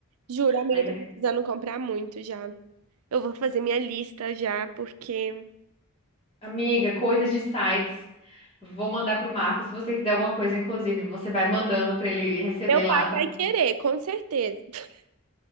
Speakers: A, on the right; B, on the left.
A: Juro, amiga,
B: Ainda.
A: eu tô precisando comprar muito já. Eu vou fazer minha lista já, porque
B: Amiga, coisas de sites. Vou mandar pro Marco. Se você quiser alguma coisa, inclusive, você vai mandando pra ele receber
A: meu
B: lá.
A: pai
B: Pra...
A: vai querer, com certeza. <laughs>